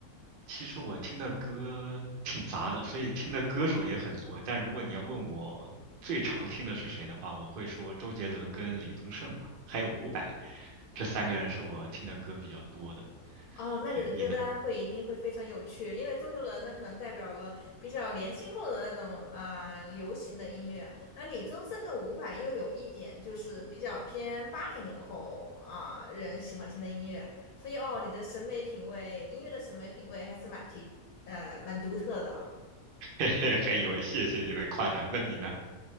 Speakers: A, on the right; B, on the left.
A: 其实我听的歌挺杂的，所以听的歌手也很多。但如果你要问我最常听的是谁的话，我会说周杰伦跟李宗盛吧，还有伍佰，这三个人是我听的歌比较多的。
B: 哦，那你的歌单会一定会非常有趣，
A: 对，你呢？
B: 因为周杰伦那可能代表了比较年轻后的那种呃流行的音乐，那李宗盛跟伍佰又有一点就是比较偏八零年后啊、人喜欢听的音乐，所以哦，你的审美品味，音乐的审美品味还是蛮提呃蛮独特的啊、
A: <laughs> 嘿嘿，还有，谢谢你的夸奖。那你呢？